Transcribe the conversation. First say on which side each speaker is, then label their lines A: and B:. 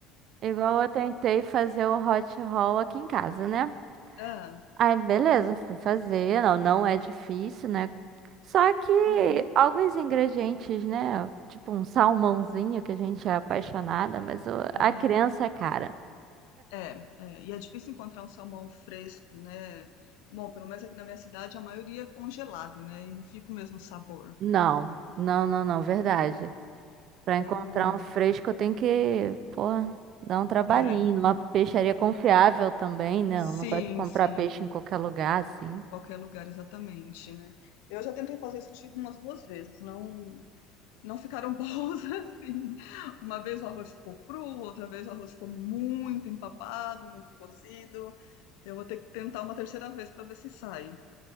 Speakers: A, on the right; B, on the left.
A: Igual eu tentei fazer o hot roll aqui em casa, né?
B: Ah,
A: Aí, beleza, fui fazer, não, não é difícil, né? Só que
B: uhum,
A: alguns ingredientes, né? Tipo um salmãozinho que a gente é apaixonada, mas o-
B: é,
A: a criança é cara.
B: é, é, e é difícil encontrar um salmão fresco, né? Bom, pelo menos aqui na minha cidade a maioria é congelado, né? E não fica o mesmo sabor.
A: Não, não, não, não, verdade.
B: né?
A: Pra
B: Eu,
A: encontrar um fresco, eu tenho que, pô, dar um trabalhinho,
B: é,
A: numa peixaria confiável também, né?
B: sim,
A: Eu não gosto de comprar
B: sim.
A: peixe em qualquer lugar, assim.
B: Qualquer lugar, exatamente, né? Eu já tentei fazer sushi umas duas vezes, não, não ficaram <laughs> bons assim. Uma vez o arroz ficou cru, outra vez o arroz ficou muito empapado, muito cozido. Eu vou ter que tentar uma terceira vez para ver se sai.